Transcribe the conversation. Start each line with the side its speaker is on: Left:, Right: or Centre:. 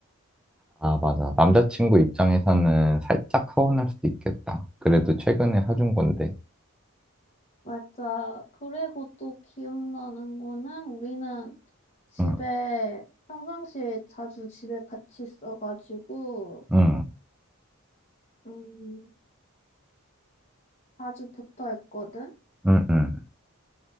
Centre: 아, 맞아. 남자친구 입장에서는 살짝 서운할 수도 있겠다. 그래도 최근에 사준 건데.
Left: 맞아. 그리고 또 기억나는 거는 우리는 집에
Centre: 응,
Left: 평상시에 자주 집에 같이 있어가지고
Centre: 응,
Left: 음, 자주 붙어 있거든.
Centre: 응, 응,